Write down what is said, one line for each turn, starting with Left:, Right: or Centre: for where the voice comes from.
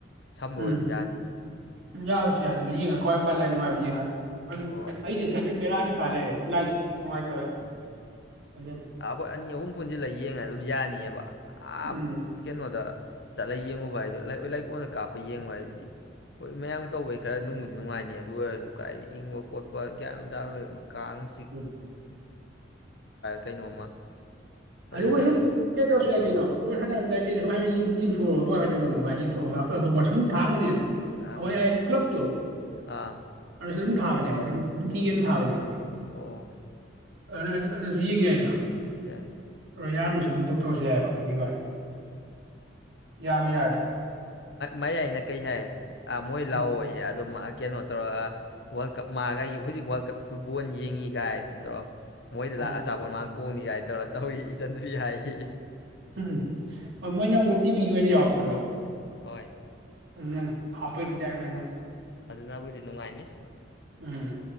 Left: ꯁꯝꯕ
Right: ꯎꯝ
Left: ꯑꯣꯏꯗꯤ ꯌꯥꯅꯤ
Right: ꯌꯥꯕꯕꯁꯤ ꯌꯥꯗ ꯌꯦ ꯉ ꯀꯣꯏꯝ ꯄꯜꯂꯅꯅꯨꯡꯥꯏꯕ ꯌꯦꯉ ꯑꯗꯨ
Left: ꯍꯣꯏ
Right: ꯑꯩꯁꯦꯇꯦꯒ ꯐꯂꯦ ꯂꯥꯏ ꯅꯨꯡꯉꯥꯏꯇꯕꯩ
Left: ꯎꯝ
Right: ꯑꯗꯨꯅꯅꯤ
Left: ꯑꯩꯈꯣꯏ ꯑꯅꯤ ꯑꯍꯨꯝ ꯄꯨꯟꯁꯤꯜꯂꯒ ꯌꯦꯡꯉ ꯑꯗꯨꯝ ꯌꯥꯅꯤꯑꯕ ꯑꯞ
Right: ꯎꯝ
Left: ꯀꯩꯅꯣꯗ ꯆꯠꯂ ꯌꯦꯡꯉꯨꯕ ꯍꯥꯏꯗꯨꯣ ꯂ ꯂꯩꯀꯣꯟꯅ ꯀꯥꯞꯄ ꯌꯦꯡꯉꯨ ꯍꯥꯏꯗꯨꯗꯤ ꯍꯣꯏ ꯃꯌꯥꯝ ꯇꯧꯕꯩ ꯈꯔ ꯅꯨꯡꯕꯨꯗꯤ ꯅꯨꯡꯉꯥꯏꯅꯤ ꯑꯗꯨ ꯑꯣꯏꯔꯁꯨ ꯀꯥꯏ ꯏꯪꯕ ꯈꯣꯠꯄ ꯒ꯭ꯌꯥꯟ ꯇꯥꯔꯣꯏꯕ ꯀꯥ ꯅꯨꯡ
Right: ꯎꯝ
Left: ꯀꯩꯅꯣꯝꯃ ꯐꯖꯅ
Right: ꯑꯗꯨꯕꯨ ꯁꯨꯝ ꯀꯩ ꯇꯧꯔꯁꯨ
Left: ꯎꯝ
Right: ꯌꯥꯏ ꯀꯩꯅꯣ ꯕꯣꯏ ꯁꯥꯟꯅꯔꯝꯗꯥꯏ ꯀꯩꯅꯨꯝꯣꯔ ꯇꯧꯕꯣ ꯌꯦꯟꯄꯂ ꯇꯧꯕ ꯁꯨꯝ ꯊꯥꯒꯅꯦ
Left: ꯑꯥ
Right: ꯀ ꯀ꯭ꯂꯕ ꯇꯣ
Left: ꯑꯥ
Right: ꯁ ꯊꯕꯅꯦꯕ ꯊꯥꯅꯦꯕꯣ
Left: ꯑꯣ
Right: ꯑ ꯌꯦ ꯌꯥꯏꯅ
Left: ꯑꯦꯏ
Right: ꯍꯣꯏ ꯏꯌꯥꯝꯕꯁꯨ ꯑꯗꯨꯝ ꯇꯧ ꯇꯣꯛꯔꯁꯨ ꯌꯥꯏꯑꯕ ꯑꯗꯨꯒꯤ ꯋꯥꯅꯤ ꯌꯥꯕ ꯌꯥꯔꯗꯤ
Left: ꯃꯌꯥꯏꯅ ꯀꯩ ꯍꯥꯏ ꯑꯥ ꯃꯣꯏ ꯂꯥꯛꯑꯣ
Right: ꯎꯝ
Left: ꯑꯗꯨꯝ ꯅꯠꯇ꯭ꯔꯣ ꯋꯥꯔꯜ ꯀꯞ ꯃꯥꯑꯒ ꯑꯩ ꯍꯧꯖꯤꯛ ꯋꯥꯔꯜ ꯀꯞ ꯐꯨꯠꯕꯣꯜ ꯌꯦꯡꯉꯤ ꯀꯥꯏ ꯅꯠꯇ꯭ꯔꯣ ꯃꯣꯏꯗ
Right: ꯑꯣ
Left: ꯑꯆꯥꯄꯣꯠ ꯃꯥꯡ ꯀꯣꯡꯅꯤ ꯀꯥꯏ ꯇꯧꯔ ꯇ ꯍꯏ ꯆꯗꯕꯤ ꯍꯥꯏꯏ
Right: ꯎꯝ ꯍꯣꯏ ꯃꯣꯏꯅ ꯃꯨ ꯇꯤꯕꯤꯒꯤ ꯑꯣꯏꯅ ꯌꯥꯎꯔꯛꯄꯗꯣ
Left: ꯍꯣꯏ
Right: ꯑꯗꯨꯅ ꯍꯥꯞꯄꯩ ꯗꯥꯏꯣꯏ ꯅꯪ
Left: ꯑꯗꯨꯅꯕꯨꯗꯤ ꯅꯨꯡꯉꯥꯏꯅꯤ
Right: ꯎꯝ